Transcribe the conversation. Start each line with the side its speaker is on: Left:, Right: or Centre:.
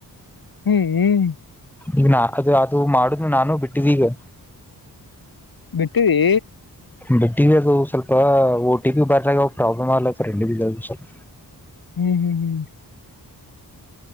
Left: ಹ್ಮ್ ಹ್ಮ್
Centre: ಈಗ ನಾ ಅದು ಅದು ಮಾಡುದು ನಾನು ಬಿಟ್ಟಿದ್ದೀವಿ.
Left: ಬಿಟ್ಟವಿ
Centre: ಬಿಟ್ಟಿದ್ದ ಅದು ಸ್ವಲ್ಪ ಓ ಟಿ ಪಿ ಬರದಾಗ ಅವ ಪ್ರಾಬ್ಲಮ್ ಆಗ್ಲತ್ ರಂಡ ಅದು ಸ್ವಲ್ಪ
Left: ಹ್ಮ್ ಹ್ಮ್ ಹ್ಮ್